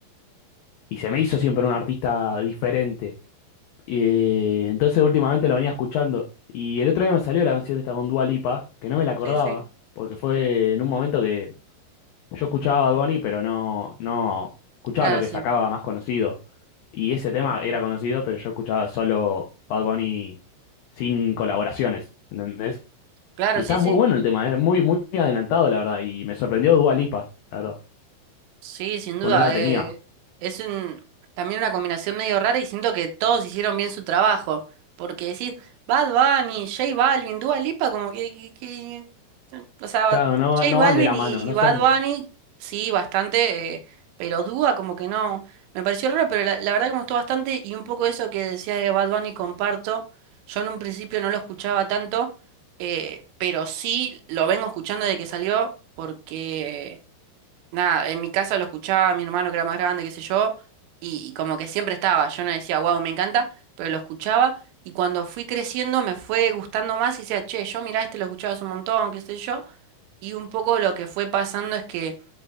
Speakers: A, on the left; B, on the right.
A: y se me hizo siempre un artista diferente. Eh, entonces últimamente lo venía escuchando. Y el otro día me salió la canción esta con Dua Lipa, que no me la acordaba,
B: Sí, sí.
A: porque fue en un momento que yo escuchaba a Bad Bunny, pero no, no escuchaba
B: Claro,
A: lo que
B: sí.
A: sacaba más conocido. Y ese tema era conocido, pero yo escuchaba solo Bad Bunny sin colaboraciones, ¿entendés?
B: Claro,
A: Y está
B: sí, sí.
A: muy bueno el tema, es muy, muy adelantado, la verdad. Y me sorprendió Dua Lipa, la verdad.
B: Sí, sin
A: Pues
B: duda.
A: no la
B: eh,
A: tenía.
B: es un, también una combinación medio rara y siento que todos hicieron bien su trabajo. Porque decís, Bad Bunny, J Balvin, Dua Lipa, como que, que- que- O sea,
A: Claro, no,
B: J
A: no
B: Balvin
A: van de la
B: y,
A: mano, no
B: y Bad
A: son.
B: Bunny, sí, bastante, eh, pero Dua como que no. Me pareció raro, pero la, la verdad que me gustó bastante y un poco eso que decías de Bad Bunny comparto. Yo en un principio no lo escuchaba tanto, eh, pero sí lo vengo escuchando desde que salió porque... Nada, en mi casa lo escuchaba mi hermano que era más grande, qué sé yo, y, y como que siempre estaba. Yo no decía, wow, me encanta, pero lo escuchaba y cuando fui creciendo me fue gustando más y decía, che, yo mirá, este lo escuchabas un montón, qué sé yo. Y un poco lo que fue pasando es que